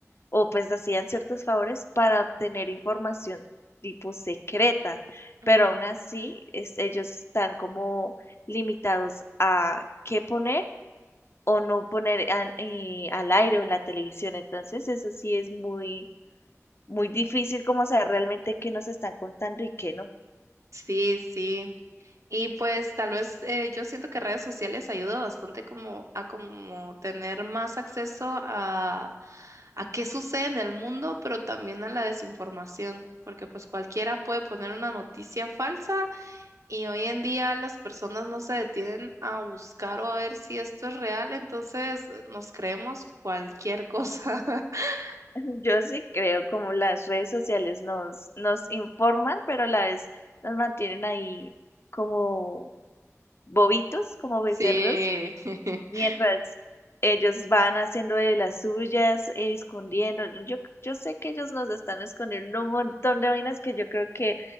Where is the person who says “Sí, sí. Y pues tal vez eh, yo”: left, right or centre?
Right